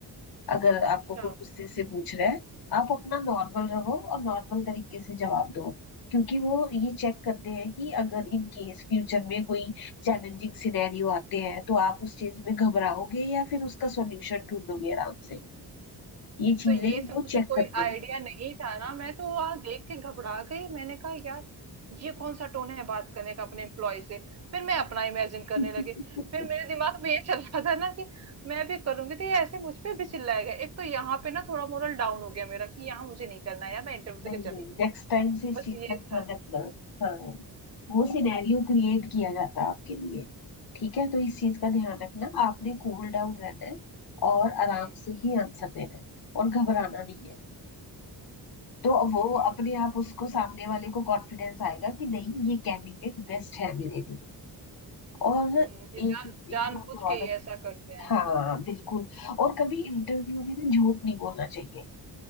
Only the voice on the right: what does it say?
अच्छा
तो ये सब
मुझे
कोई
आइडिया नहीं था ना मैं तो वहां देख के घबरा गई मैंने कहा यार ये कौन सा टोन है बात करने का अपने एम्प्लॉय से फिर मैं अपना इमेजिन करने
लगी फिर मेरे दिमाग में ये चल रहा था ना कि मैं भी करूंगी तो ये ऐसे मुझ पे भी चिल्लाएगा एक तो यहाँ पे ना थोड़ा मोरल डाउन हो गया मेरा कि यहाँ मुझे नहीं करना है यार मैं इंटरव्यू
देके
चली हूँ
बस
ये
था
अच्छा
हम्म
हम्म
हम्म,
ये जान
जानबूझ
के ये ऐसा करते हैं